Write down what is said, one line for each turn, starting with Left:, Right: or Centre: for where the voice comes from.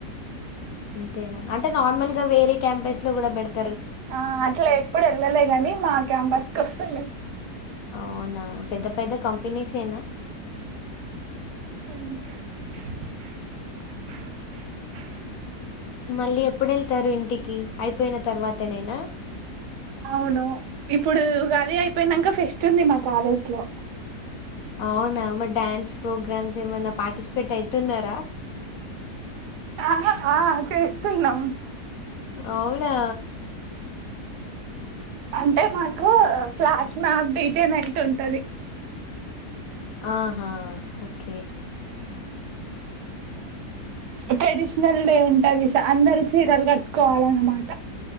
Left: అంతేనా అంటే నార్మల్ గా వేరే క్యాంపెస్ లో కూడా పెడత
Right: ఆ అట్లా ఎప్పుడు వెళ్ళలేదని మా క్యాంపస్ కి వస్తుండు
Left: అవునా? పెద్ద పెద్ద కంపెనీస్ ఏనా
Right: మ్
Left: మళ్ళీ ఎప్పుడెళ్తారు ఇంటికి అయిపోయిన తర్వాతనైనా
Right: అవును ఇప్పుడు ఉగాది అయిపోయినంక ఫెస్ట్ ఉంది మా కాలేజ్ లో
Left: అవునా మరి డ్యాన్స్ ప్రోగ్రామ్స్ ఏమైనా పార్టిసిపేట్ అయితున్నారా
Right: ఆహా ఆ చేస్తున్నాం
Left: అవునా
Right: అంటే మాకు flash mob D J night ఉంటది
Left: ఆహా ఓకే
Right: ట్రెడిషనల్ డే ఉంటది స అందర చీరలు కట్టుకోవాల అన్నమాట